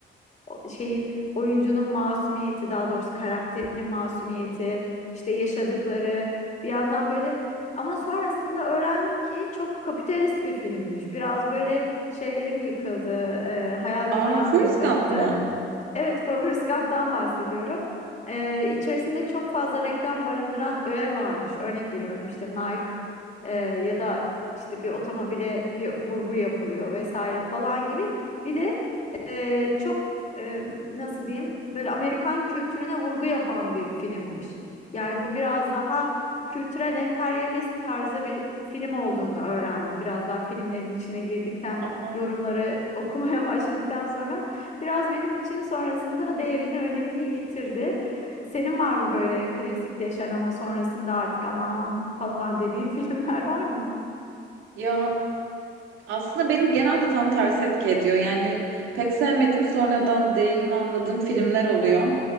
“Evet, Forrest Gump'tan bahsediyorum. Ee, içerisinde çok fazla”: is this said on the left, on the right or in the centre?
Left